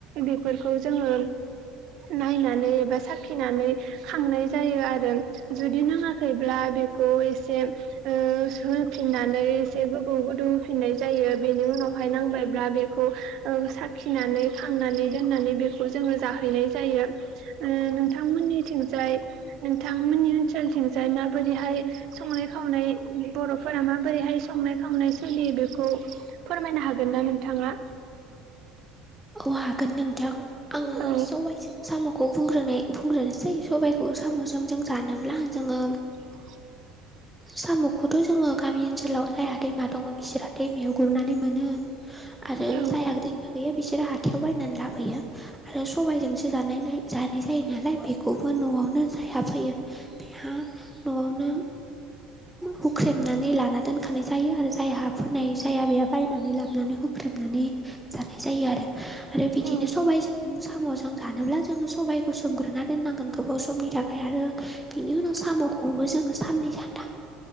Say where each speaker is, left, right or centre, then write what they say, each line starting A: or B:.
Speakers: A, on the right; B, in the centre.
A: बेफोरखौ जोङो नायनानै एबा साखिनानै खांनाय जायो आरो जुदि नाङाखैब्ला बेखौ एसे ओ सफिननानै एसे गोबौ गोदौ होफिननाय जायो बेनि उनावहाय नांबायब्ला बेखौ औ साखिनानै खांनानै दोननानै बेखौ जोङो जाहैनाय जायो। ओ नोंथांमोननिथिंजाय नोंथांमोननि ओनसोलथिंजाय माबोरैहाय संनाय खावनाय बर'फोरा माबोरैहाय संनाय खावनाय सोलियो बेखौ फोरमायनो हागोन ना नोंथाङा?
B: औ हागोन नोंथां आङो
A: औ
B: सबाइजों साम'खौ बुंग्रोनाय बुंग्रोनोसै सबाइखौ साम'जों जों जानोब्ला जोङो
A: औ
B: साम'खौथ' जोङो गामि ओनसोलाव जायहा दैमा दङ बिसोरहा दैमायाव गुरनानै मोनो आरो
A: औ
B: जाय आग रेंना गैया बिसोरो हाथायाव बायनानै लाबोयो। आरो सबायजोंसो जानाय जानाय जायो नालाय बेखौबो न'आवनो जायहा फैयो बेहा न'आवनो हुख्रेमनानै लाना दोनखानाय जायो आरो जाय हा फोनाय जाया बेहा बायनानै लाबोनानै हुख्र ख्रोमनानै जानाय जायो आरो आरो बिदिनो
A: औ
B: सबाइजों साम'जों जानोब्ला जोङो सबायाइखौ सोमग्रोना दोननांगोन गोबाव समनि थाखाय आरो बिनि उनाव साम'खौबो जोङो साननै सानथाम